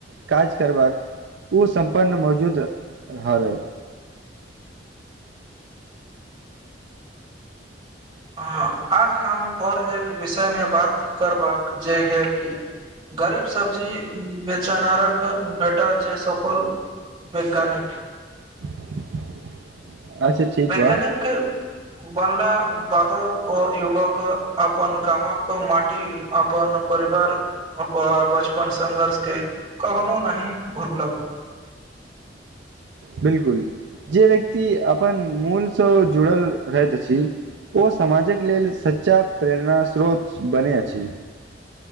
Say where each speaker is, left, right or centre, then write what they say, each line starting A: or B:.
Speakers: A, on the right; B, on the right.
A: काज करबाकऽ ओ सम्पन्न मौजूद रहलइ
B: हँ आज हम ओर एक विषय मे बात करबाक जे हे कि गरीब सब्जी बेचनारक बेटा जे सपल वैज्ञानिक
A: <inaudible> ठीक
B: वैज्ञानिक
A: बा
B: के बनला बादो ओ युवक अपन गाम के माटी अपन परिवार बचपनक संघर्ष के कखनो नहि भुलब
A: बिल्कुल जे व्यक्ति अपन मूलसँ जुड़ल रहैत अछि ओ समाजक लेल सच्चा प्रेरणास्रोत बनै अछि